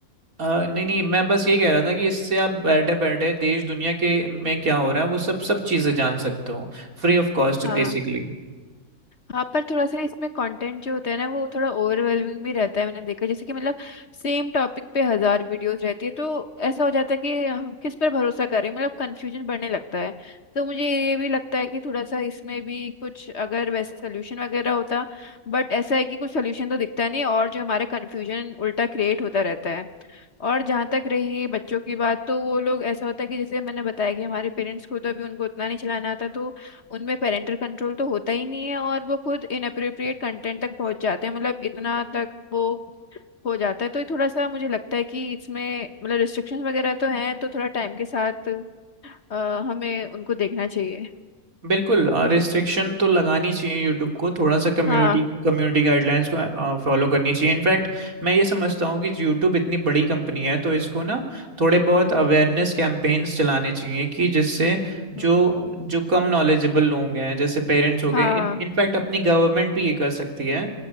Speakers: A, on the right; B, on the left.
A: अ, नहीं नहीं मैं बस ये कह रहा था कि इससे आप बैठे बैठे देश दुनिया के में क्या हो रहा है वो सब सब चीजें जान सकते हो फ्री ऑफ कॉस्ट
B: हाँ
A: बेसिकली
B: हाँ पर थोड़ा सा इसमें कंटेंट जो होता है ना वो थोड़ा ओवरवेलमिंग भी रहता है मैंने देखा जैसे कि मतलब सेम टॉपिक पे हजार वीडियोस रहती है तो ऐसा हो जाता है कि अ, किस पर भरोसा करें मतलब कंफ्यूजन बढ़ने लगता है तो मुझे ये भी लगता है कि थोड़ा सा इसमें भी कुछ अगर वैसे सोल्यूशन वगैरह होता बट ऐसा है कि कुछ सोल्यूशन तो दिखता नहीं और जो हमारा कंफ्यूजन उल्टा क्रिएट होता रहता है और जहाँ तक रही बच्चों की बात तो वो लोग ऐसा होता है कि जैसे मैंने बताया कि हमारे पेरेंट्स खुद अभी उनको उतना नहीं चलाना आता तो उनमें पेरेंटल कंट्रोल तो होता ही नहीं है और वो खुद इनअप्रोप्रिएट कंटेंट तक पहुंच जाते हैं मतलब इतना तक वो हो जाता है तो ये थोड़ा सा मुझे लगता है कि इसमें मतलब रिस्ट्रिक्शंस वगैरह तो हैं तो थोड़ा टाइम के साथ अ, हमें उनको देखना चाहिए
A: बिल्कुल रिस्ट्रिक्शन तो लगानी चाहिए यूट्यूब को थोड़ा सा कम्युनिटी
B: हाँ
A: कम्युनिटी गाइडलाइंस को फॉलो करनी चाहिए इनफैक्ट मैं ये समझता हूँ कि यूट्यूब इतनी बड़ी कंपनी है तो इसको ना थोड़े बहुत
B: हम्म
A: अवेयरनेस कैंपेन्स चलाने चाहिए कि जिससे जो
B: हम्म
A: जो कम नॉलेजेबल लोग हैं जैसे पेरेंट्स हो
B: हाँ
A: गए इन इनफैक्ट अपनी गवर्नमेंट भी ये कर सकती है